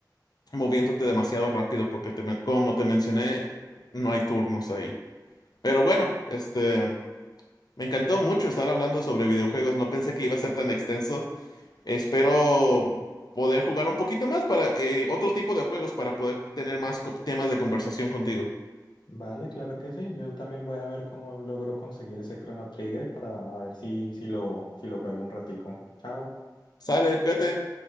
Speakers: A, on the left (about 65°); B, on the left (about 80°).
A: moviéndote demasiado rápido porque te men- como te mencioné, no hay turnos ahí. Pero bueno, este, me encantó mucho estar hablando sobre videojuegos. No pensé que iba a ser tan extenso. Espero poder jugar un poquito más para eh, otro tipo de juegos para poder tener más co- temas de conversación contigo.
B: Vale, claro que sí. Yo también voy a ver cómo logro conseguir ese Chrono Trigger para ver si, si lo, si lo juego un ratico. Chao.
A: Sale, cuídate.